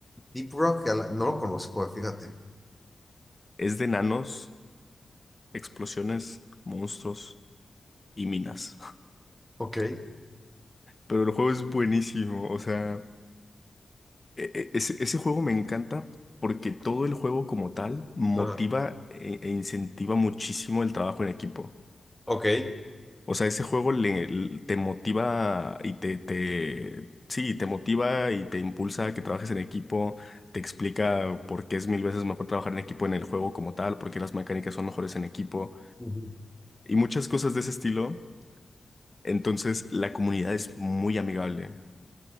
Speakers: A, in the centre; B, on the left (about 25°).
A: Deep Rock, a la- no lo conozco, fíjate.
B: Es de nanos, explosiones, monstruos y minas. <laughs>
A: Ok.
B: Pero el juego es buenísimo, o sea, e- e- ese, ese juego me encanta porque todo el juego como tal motiva
A: Ajá.
B: e, e incentiva muchísimo el trabajo en equipo.
A: Ok.
B: O sea, ese juego le, l- te motiva y te, te, sí, te motiva y te impulsa a que trabajes en equipo, te explica por qué es mil veces mejor trabajar en equipo en el juego como tal, por qué las mecánicas son mejores en equipo
A: Ujú.
B: y muchas cosas de ese estilo. Entonces, la comunidad es muy amigable,